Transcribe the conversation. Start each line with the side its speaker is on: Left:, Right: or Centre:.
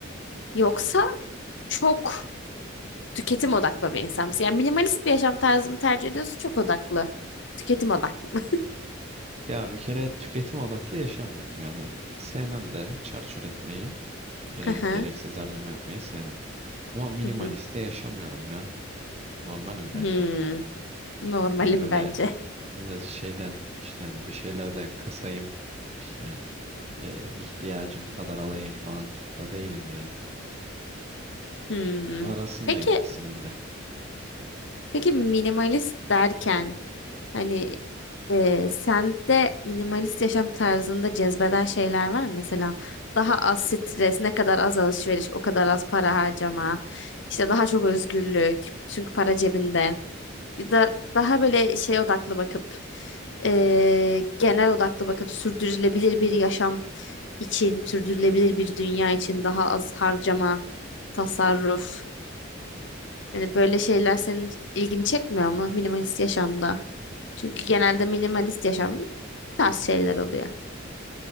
Left: Yoksa çok tüketim odaklı bir insan mısın? Yani minimalist bir yaşam tarzı mı tercih ediyorsun? Çok odaklı. Tüketim odaklı. mı?
Right: Ya bir kere tüketim odaklı yaşamıyorum yani. Sevmem de çarçur etmeyi, e,
Left: <laughs> Hı hı.
Right: gereksiz harcama yapmayı sevmem. Ama minimalist
Left: Hı hı.
Right: de yaşamıyorum ya. Normalim
Left: Hmm.
Right: bence.
Left: Normalim
Right: Hani öyle
Left: bence.
Right: e, şeyden işte hani bir şeylerden kısayım işte e, ihtiyacım kadar alayım falan da değilim yani.
Left: Hmm.
Right: Arasındayım
Left: Peki
Right: ikisinin de.
Left: Peki minimalist derken hani e, sende minimalist yaşam tarzında cezbeden şeyler var mı? Mesela daha az stres, ne kadar az alışveriş, o kadar az para harcama, işte daha çok özgürlük çünkü para cebinde. Ya da daha böyle şey odaklı bakıp e, genel odaklı bakıp sürdürülebilir bir yaşam için, sürdürülebilir bir dünya için daha az harcama, tasarruf. Yani böyle şeyler senin ilgini çekmiyor mu minimalist yaşamda? Çünkü genelde minimalist yaşamda bu tarz şeyler oluyor.